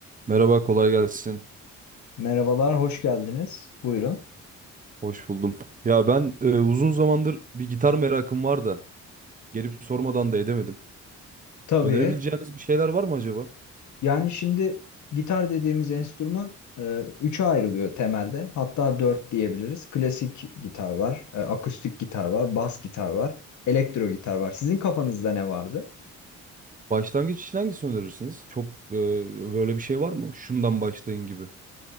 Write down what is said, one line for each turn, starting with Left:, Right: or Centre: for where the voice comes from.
Right: Merhaba, kolay gelsin.
Left: Merhabalar, hoş geldiniz. Buyurun.
Right: Hoş buldum. Ya ben e, uzun zamandır bir gitar merakım var da gelip sormadan da edemedim.
Left: Tabii.
Right: Önerebileceğiniz bir şeyler var mı acaba?
Left: Yani şimdi gitar dediğimiz enstrüman e, üçe ayrılıyor temelde. Hatta dört diyebiliriz. Klasik gitar var, e, akustik gitar var, bas gitar var, elektro gitar var. Sizin kafanızda ne vardı?
Right: Başlangıç için hangisini önerirsiniz? Çok e, böyle bir şey var mı? Şundan başlayın gibi.